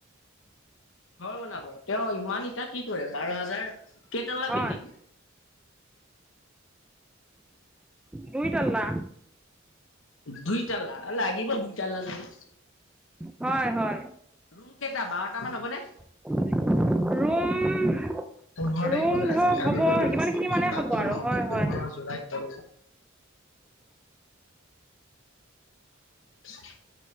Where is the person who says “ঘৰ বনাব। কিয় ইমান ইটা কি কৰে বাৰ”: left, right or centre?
Left